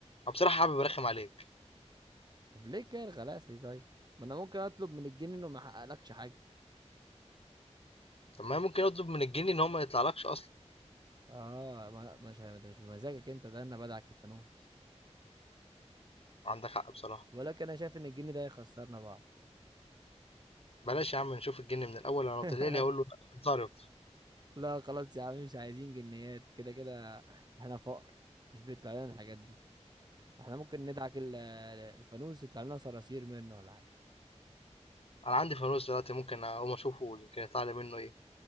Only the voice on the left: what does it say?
أو بصراحة حابب أرخم عليك
طب ما أنا ممكن أطلب من الجني إن هو ما يطلعلكش أصلا
عندك حق بصراحة
بلاش يا عم نشوف الجني من الأول أنا لو
طلع لي هقول له اتصرف
أنا عندي فانوس دلوقتي ممكن أقوم أشوفه يمكن يطلع لي منه إيه